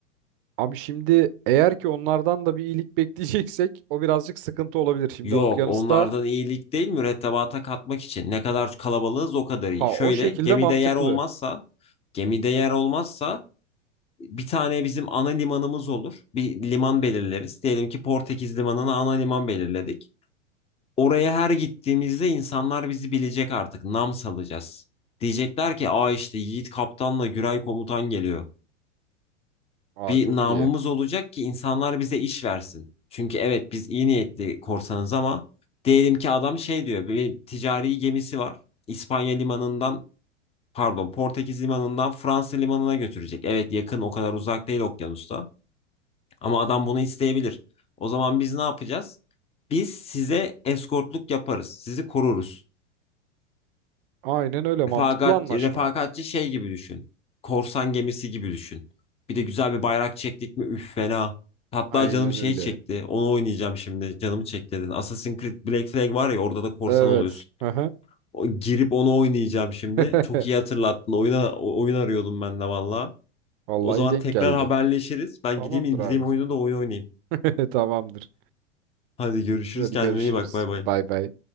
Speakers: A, on the right; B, on the left.
A: Abi şimdi eğer ki onlardan da bir iyilik bekleyeceksek o birazcık sıkıntı olabilir. Şimdi
B: Yok,
A: okyanusta
B: onlardan iyilik değil mürettebata katmak için. Ne kadar kalabalığız o kadar
A: ha
B: iyi. Şöyle
A: o şekilde
B: gemide
A: mantıklı.
B: yer olmazsa, gemide yer olmazsa bir tane bizim ana limanımız olur. Bir liman belirleriz. Diyelim ki Portekiz limanına ana liman belirledik. Oraya her gittiğimizde insanlar bizi bilecek artık. Nam salacağız. Diyecekler ki aa işte Yiğit Kaptan'la Güray Komutan geliyor.
A: Aa
B: Bir
A: çok
B: namımız
A: iyi.
B: olacak ki insanlar bize iş versin. Çünkü evet biz iyi niyetli korsanız ama diyelim ki adam şey diyor bir ticari gemisi var. İspanya limanından pardon Portekiz limanından Fransa limanına götürecek. Evet yakın o kadar uzak değil okyanusta. Ama adam bunu isteyebilir. O zaman biz ne yapacağız? Biz size eskortluk yaparız. Sizi koruruz.
A: Aynen öyle mantıklı
B: Refakat,
A: anlaşma.
B: refakatçi şey gibi düşün. Korsan gemisi gibi düşün. Bir de güzel bir bayrak çektik mi üf fena. Hatta
A: Aynen
B: canım şey
A: öyle.
B: çekti. Onu oynayacağım şimdi. Canımı çekti dedin. Assassin's Creed Black Flag var ya orada da korsan
A: Evet.
B: oluyorsun.
A: Hı hı.
B: O, girip onu oynayacağım şimdi.
A: <laughs>
B: Çok iyi hatırlattın. Oyuna, o- oyun arıyordum ben de valla.
A: Vallahi
B: O zaman
A: iyi denk
B: tekrar
A: geldi.
B: haberleşiriz. Ben
A: Tamamdır
B: gideyim indireyim
A: abi.
B: oyunu da oyun oynayayım.
A: <laughs> Tamamdır.
B: Hadi görüşürüz.
A: Hadi
B: Kendine
A: görüşürüz.
B: iyi bak. Bay bay.
A: Bay bay.